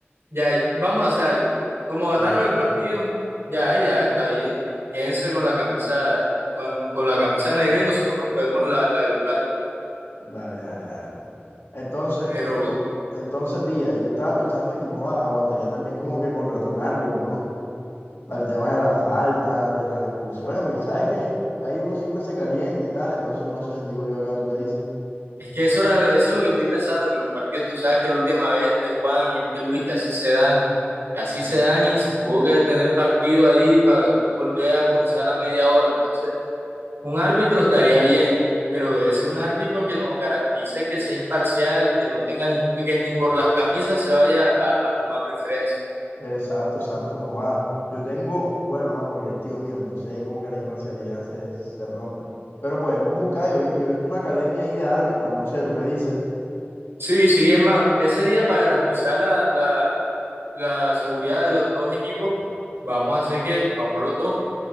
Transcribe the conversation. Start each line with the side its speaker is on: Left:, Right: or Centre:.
Right: ya vamos a hacer algo. Como ganaron
Left: Ajá,
Right: el partido, ya, ya está bien. Quédense con la camisa, con, con la camisa negra y nosotros nos podemos la, la de local.
Left: dale, dale, dale, pues. Entonces,
Right: Pero,
Left: entonces, entonces, Villa, yo estaba pensando en que, joda, aguantaría también como que contratar un árbitro, ¿no? Para el tema de la falta, de las expulsiones, porque sabes que ahí uno siempre se calienta y tal, entonces no sé, digo yo acá, ¿tú qué dices?
Right: Es que eso, era- eso es lo que estoy pensando, que los partidos, tú sabes que la última vez este Juan y este Luis, que así se dan, que así
Left: Mm.
Right: se dan y se tuvo que detener el partido ahí para después volver a comenzar la media hora. Entonces, un árbitro estaría bien, pero debe ser un árbitro que nos garantice que sea imparcial, que no tenga ni, que ni por las camisas se vaya a, a tomar preferencia.
Left: Exacto, exacto, joda. Yo tengo, bueno, no, porque es tío mío, entonces ahí como que la imparcialidad se, se rompe. Pero podemos buscar, yo, vi- yo he visto una academia ahí de árbitros, no sé, ¿tú qué dices?
Right: Sí, sí, es más, ese día para garantizar la, la, la seguridad de los dos equipos, vamos a hacer que vamos los dos.